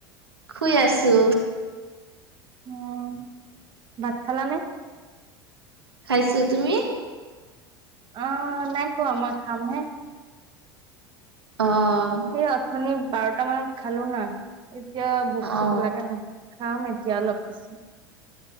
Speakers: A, on the right; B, on the right.
A: শুই আছো।
B: অ', ভাত খালানে?
A: খাইছো তুমি?
B: অ', নাই খোৱা মই খামহে।
A: অ'।
B: এইয়া অথনি বাৰটা মানত খালো না এতিয়া ভোক চোক
A: অ
B: লাগা নাই। খাম এতিয়া অলপ পিছত।